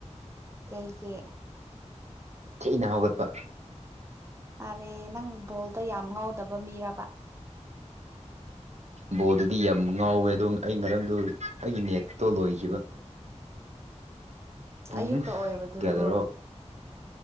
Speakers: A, on the right; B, on the right.
A: ꯀꯩꯀꯦ
B: ꯊꯤꯅ ꯍꯧꯒꯠꯄ
A: ꯑꯔꯦ ꯅꯪ ꯕꯣꯜꯗ ꯌꯥꯝ ꯉꯥꯎꯗꯕ ꯃꯤꯔꯕ
B: ꯕꯣꯜꯗꯨꯗꯤ ꯌꯥꯝ ꯉꯥꯎꯋꯦ ꯑꯗꯣ ꯑꯩ ꯉꯔꯪꯗ ꯑꯩꯒꯤ ꯅꯦꯠꯇꯣ ꯂꯣꯏꯈꯤꯕ ꯄꯨꯡ
A: ꯑꯌꯨꯛꯇ ꯑꯣꯏꯕꯗꯨꯕꯨ
B: ꯀꯌꯥꯗꯔꯣ